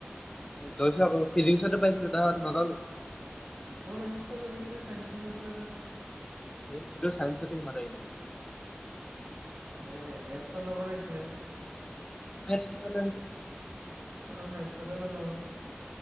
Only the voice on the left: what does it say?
লৈছো আকৌ ফিজিক্সতো পাইছিলো নললো।
এইটো চাইন্সতে মানে এনে,
নেশচনেলী <unintelligible>